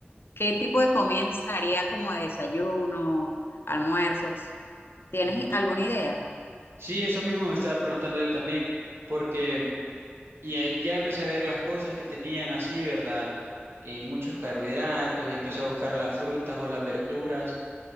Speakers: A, on the left; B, on the right.
A: qué tipo de comidas haría como de desayuno, almuerzos? ¿Tienes
B: Ujú.
A: alguna idea
B: Sí, eso mismo me estaba preguntando yo también, porque Y eh, ya empecé a ver las cosas que tenían así, ¿verdad? Eh, muchos carbohidratos y empecé a buscar las frutas o las verduras